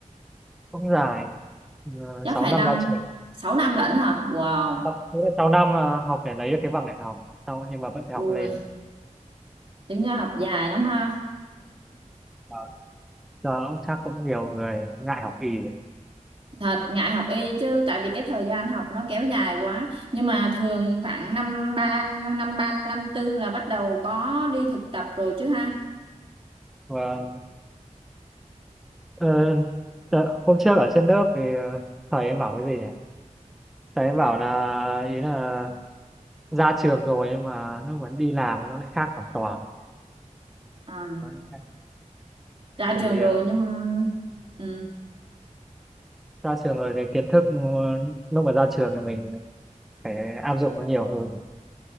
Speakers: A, in the centre; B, on the right.
A: cũng dài uh,
B: Chắc
A: 6
B: phải
A: năm
B: năm,
A: ra trường
B: 6 năm lận hả? Wow.
A: Học- nghĩa là 6 năm là học để lấy được cái bằng đại học sau nhưng mà vẫn phải
B: Ui,
A: học lên
B: tính ra học dài lắm ha.
A: Vâng. giờ chắc cũng nhiều người ngại học y đấy.
B: Thật ngại học y chứ tại vì cái thời gian học nó kéo dài quá. Nhưng mà thường khoảng năm ba năm ba năm tư là bắt đầu có đi thực tập rồi chứ ha.
A: vâng Ờ, đợ- hôm trước ở trên lớp thì ờ, thầy em bảo cái gì nhỉ thầy em bảo là ý là ra trường rồi nhưng mà nó vẫn đi làm nó lại khác hoàn toàn
B: À,
A: Nó lại khác.
B: ra
A: bởi
B: trường
A: vì
B: rồi
A: ờ,
B: nhưng ừ.
A: ra trường rồi cái kiến thức ờ, lúc mà ra trường thì mình phải áp dụng nó nhiều hơn